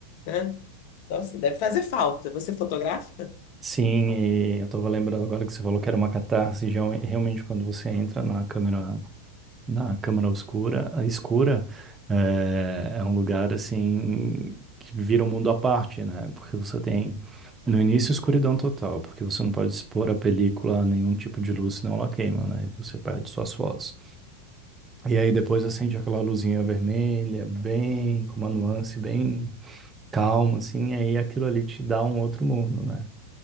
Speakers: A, on the left (about 45°); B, on the right (about 20°).
A: né? Então, assim, deve fazer falta. Você fotografa?
B: Sim, e eu estava lembrando agora que você falou que era uma catarse, e realme- realmente quando você entra na câmera Na Câmara Oscura, a escura é, é um lugar assim que vira um mundo à parte, né? Porque você tem no início escuridão total, porque você não pode expor a película a nenhum tipo de luz, senão ela queima, né? E você perde suas fotos. E aí depois acende aquela luzinha vermelha, bem com uma nuance bem calma, assim, aí aquilo ali te dá um outro mundo, né?